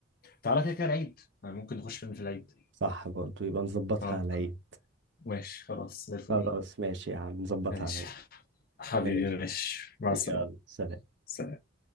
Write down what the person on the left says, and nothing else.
تعالى كده كده العيد يعني ممكن نخش فيلم في العيد
اه
ك- ماشي خلاص زي الفل
ماشي
حبيبي
ماشي مع
السلامه
سلام.